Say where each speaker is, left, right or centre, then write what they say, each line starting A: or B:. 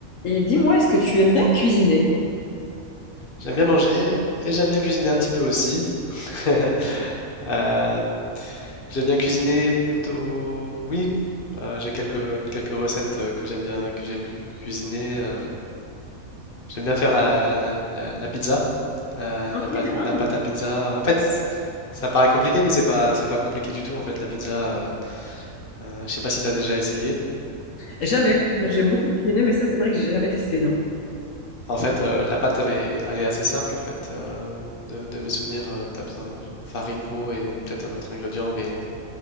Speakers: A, on the left (about 70°); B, on the left (about 40°).
A: Et dis-moi, est-ce que tu aimes bien cuisiner?
B: J'aime bien manger et j'aime bien cuisiner un petit peu aussi. <laughs> Euh, j'aime bien cuisiner plutôt, oui. euh, j'ai quelques, quelques recettes euh, que j'aime bien que j'aime cu- cuisiner. euh, j'aime bien faire la, la- la- la pizza, euh, la
A: Ok,
B: pâte, la
A: ah.
B: pâte à pizza. En fait, c- ça paraît compliqué, mais c'est pas c'est pas compliqué du tout. En fait, la pizza, euh, euh, je sais pas si tu as déjà essayé.
A: Jamais. J'ai beaucoup cuisiné, mais ça, c'est vrai que j'ai jamais testé, non.
B: En fait, euh, la pâte, elle est, elle est assez simple. En fait, euh, de, de mes souvenirs, tu as besoin de farine, eau et peut-être un autre ingrédient, mais